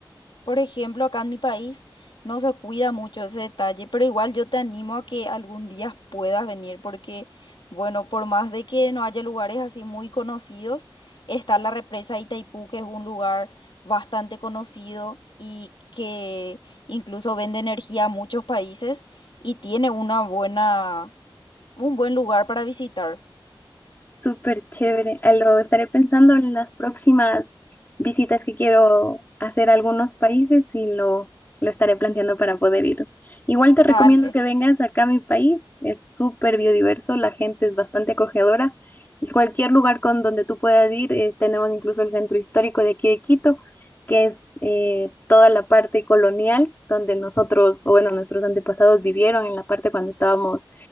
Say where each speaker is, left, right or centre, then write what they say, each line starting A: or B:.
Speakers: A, on the left; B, on the left.
A: Por ejemplo, acá en mi país no se cuida mucho ese detalle, pero igual yo te animo a que algún día puedas venir porque, bueno, por más de que no haya lugares así muy conocidos, está la represa de Itaipú, que es un lugar bastante conocido y que incluso vende energía a muchos países y tiene una buena, un buen lugar para visitar.
B: Súper chévere. Ah, Lo estaré pensando en las próximas visitas que quiero hacer a algunos países y lo, lo estaré planteando para poder ir. Igual te
A: Dale.
B: recomiendo que vengas acá a mi país. Es súper biodiverso, la gente es bastante acogedora. Cualquier lugar con donde tú puedas ir, eh, tenemos incluso el centro histórico de aquí de Quito, que es eh, toda la parte colonial donde nosotros, o bueno, nuestros antepasados vivieron en la parte cuando estábamos